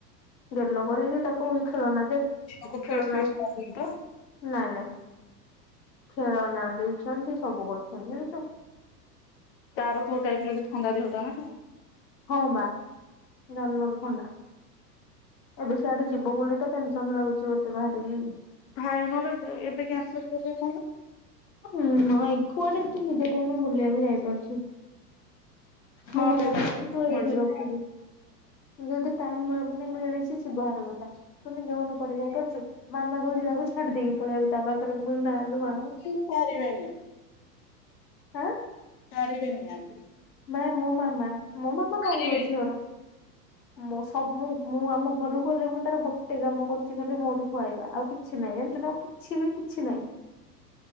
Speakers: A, on the left (about 85°); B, on the left (about 50°).
A: ଗେଲ କରିକି ତାକୁ ଖେଳନା ଯେ ଖେଳନା
B: ତାକୁ ଫିଡ୍ସ ଫିଡ୍ସ ଦଉନି ତ
A: ନାଇଁ ନାଇଁ ଖେଳନା ଦେଇଛନ୍ତି ସବୁ କରୁଛନ୍ତି ଜାଣିଚୁ।
B: ତାର ତୋ ଟାଇପ୍ ର ବି ଥନ୍ଦା ଦେହଟା ନା କଣ?
A: ହଁ ବା ଜନ୍ମରୁ ଥଣ୍ଡା। ଏବେ ସିଆଡେ ଯିବ ବୋଲି ତ ଟେନ୍ ସନ୍ ଲାଗୁଛି ଗୋଟେ ବାହାରିକି
B: ଭାଇ ନ ଏବେ କ୍ୟାନସଲ୍ କର ନଲେ।
A: ହଁ ନାଇଁ କୁଆଟେ ତୁ ନିଜେ କହନି ମୁ ବୁଲିବାକୁ ଯାଇପାରୁଛୁ। ମୋ
B: ହଁ
A: ମାମା
B: ପେ ତାକୁ
A: ତ କହୁଛି ତୁ ଏଇଠି
B: ମର୍ଜିଥିଲା।
A: ରଖିଦେ, ଯଦି ଟାଇମ୍ ମାନେ ମିଳିଛି ସେ ବାହାର କଥା। ତୁ ନିଜ ମନେ କୁଆଡ଼େ ଯାଇ ପାରୁଛୁ ମାମା କହୁଛି ତାକୁ ଛାଡି ଦେଇକି ପଳେଇବାକୁ ତା ପାଖରେ ମୁଁ ନାଁ ମା
B: ସେ କୁଆଡେ ଯିବେନି।
A: ଆଁ।
B: ସାର ବିିନ ଆନ୍ତି।
A: ନା ମୋ ମାମା ମୋ ମାମା ପାରିବ
B: ପାରିବେନି
A: ଝିଅର। ମୁଁ ସବ ମୁ ମୁଁ ଆମ ଘରୁକୁ ଗଲେ ମୁଁ ତାର ଗୋଟେ କାମ କରୁଚି ଖଲି ମୋଠୁ ଖୁଆଇବା ଆଉ କିଛି ନାହିଁ ଜାଣିଚୁନା। କିଛି ବି କିଛି ନାହିଁ।
B: ଁ